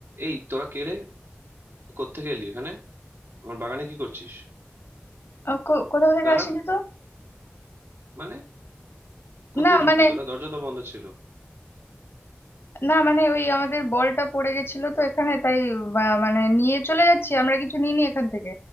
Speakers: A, on the right (about 80°); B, on the left (about 70°).
A: এই তোরা কে রে কোত্থেকে এলি এখানে আমার বাগানে কি করছিস
B: ও, কো- কোথাও থেকে
A: দাঁড়া
B: আসেনি তো
A: মানে কোত্থেকে
B: না
A: ঢুকলি
B: মানে
A: তোরা দরজা তো বন্ধ ছিল
B: না মানে ওই আমাদের বলটা পড়ে গেছিল তো এখানে তাই বা- মানে নিয়ে চলে যাচ্ছি আমরা কিছু নিইনি এখান থেকে